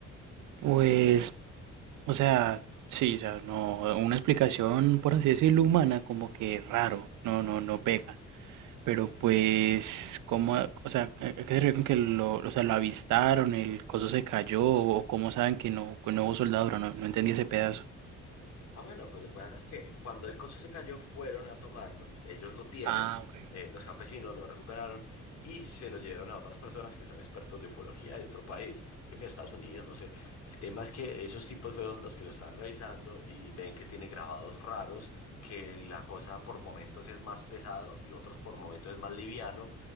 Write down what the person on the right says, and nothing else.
Pues, o sea, sí, o sea, no, una explicación, por así decirlo, humana, como que raro, no, no, no pega. Pero pues, ¿cómo, o sea, a qué se refiere con que lo, o sea, lo avistaron, el coso se cayó, o cómo saben que no, que no hubo soldadura? No, no entendí ese pedazo.
Ah, ok.